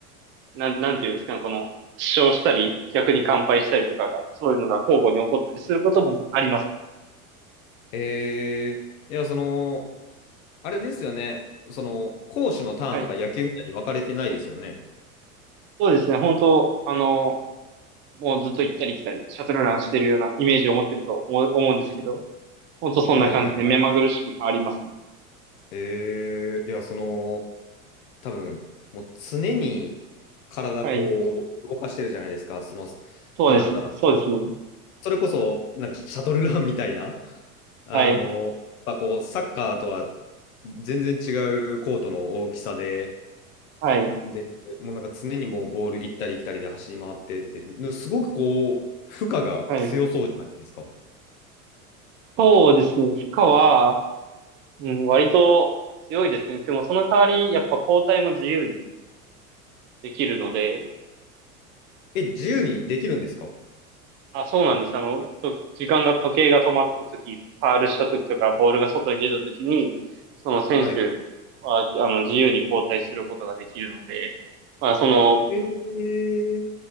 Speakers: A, on the right; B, on the left.
A: なん、なんていうんですかね、この、負傷したり、逆に完敗したりとかが、そういうのが交互に起こったりすることもありますね。
B: えー、いや、その、あれですよね。その、攻守のターンとか野球みたいに分かれてないですよね。
A: はい。そうですね。本当、あの、もうずっと行ったり来たり、シャトルランしてるようなイメージを持ってると思う思うんですけど、本当そんな感じで目まぐるしく変わりますね。
B: はいはいはい。えー、いや、その、多分、もう常に体こう、
A: はい。
B: 動かしてるじゃないですか。その、
A: そうです。
B: なんだろうな。
A: そうですね。
B: それこそ、なんかシャトルランみたいな。<laughs> あの、
A: はい。
B: やっぱこう、サッカーとは全然違うコートの大きさで、
A: はい。
B: で、もうなんか常にもうボール行ったり来たりで走り回ってって、すごくこう、負荷が強そうじゃないですか。
A: はい。そうですね。負荷は、うん、割と強いですね。でもその代わり、やっぱ交代も自由にできるので、
B: え、自由にできるんですか
A: あ、そうなんです。あの、と時間が、時計が止まった時、ファールした時とか、ボールが外に出た時に、その選手は、
B: はい。
A: あの、自由に交代することができるので、まあ、その、
B: えー、